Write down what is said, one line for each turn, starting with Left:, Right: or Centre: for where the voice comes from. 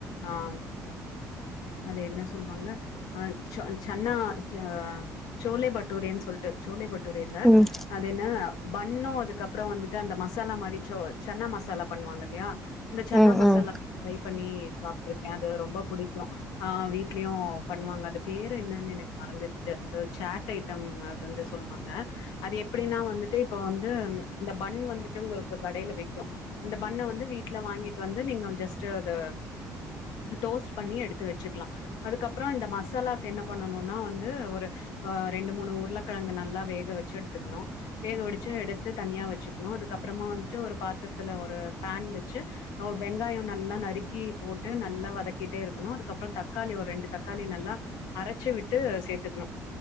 Left: ஆ அது என்ன சொல்லுவாங்க அ சன்னா அ சோலே பட்டூரேன்னு சொல் ட்டு சோலே பட்டூரே இல்ல
Centre: ம்
Left: அது என்ன பண்ணு அதுக்கப்புறம் வந்துட்டு அந்த மசாலா மாரிச்சோ சென்னா மசாலா பண்ணுவாங்க இல்லையா இந்த சன்னா
Centre: ம்
Left: மசாலா
Centre: ம்
Left: ட்ரை பண்ணி சாப்பிட்டு இருக்கே அது ரொம்ப புடிக்கு ஆ வீட்லயு பண்ணுவாங்க அது பேரு என்னன்னு எனக்கு மறந்துருச்சு அது சேட் ஐட்டம் அது வந்து சொல்வாங்க அது எப்படின்னா வந்துட்டு இப்ப வந்து இந்த பண் வந்துட்டு உங்களுக்கு கடையில விக்கு அந்த பண்ண வந்து வீட்டுல வாங்கிட்டு வந்து நீங்க ஜஸ்ட்டு அத டோஸ்ட் பண்ணி எடுத்து வச்சுக்லா அதுக்கப்பறம் இந்த மசாலாக்கு என்ன பண்ணும்னா வந்து ஒரு ரெண்டு மூணு உருளக்கிழங்கு நல்லா வேகவச்சு எடுத்துக்கணு வேகவடிச்சு எடுத்து தனியா வச்சுக்கணு அதுக்கப்பறம் மா வந்துட்டு பாத்தரத்துல ஒரு பேன் வச்சு வெங்காய நல்லா நறுக்கி போட்டு நல்லா வதக்க கிட்டே இருக்கனு அதுக்கப்பறம் தக்காளி ஒரு ரெண்டு தக்காளி நல்லா அரைச்சு விட்டு சேத்துக்கணு